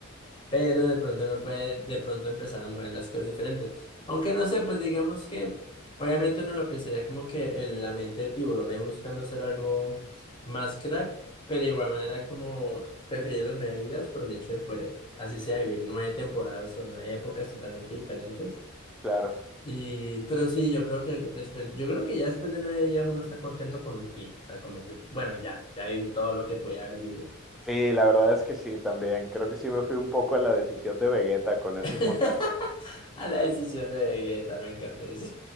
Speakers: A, on the left; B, in the centre.
A: pero de pronto no puede de pronto empezar a mover las cosas diferentes. Aunque no sé, pues digamos que obviamente uno lo pensaría como que en la mente de tiburón ahí buscando hacer algo más crack, pero de igual manera como preferir las nueve vidas por el hecho de poder, así sea, vivir nueve temporadas o nueve épocas totalmente diferentes.
B: Claro.
A: Y, pero sí, yo creo que después, yo creo que ya después de nueve días uno está contento con un fin. O sea, como que, bueno, ya, ya viví todo lo que podía haber vivido.
B: Sí, la verdad es que sí, también. Creo que sí me fui un poco a la decisión de Vegeta con esa
A: <laughs>
B: inmortalidad.
A: A la decisión de Vegeta, me encanta eso.